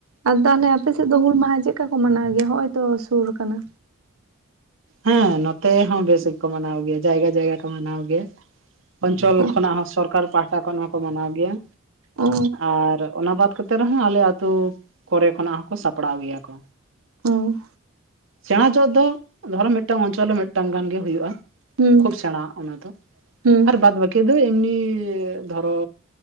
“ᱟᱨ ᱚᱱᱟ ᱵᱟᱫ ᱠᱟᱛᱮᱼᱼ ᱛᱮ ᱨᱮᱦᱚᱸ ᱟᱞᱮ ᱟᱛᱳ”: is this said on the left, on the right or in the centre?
Right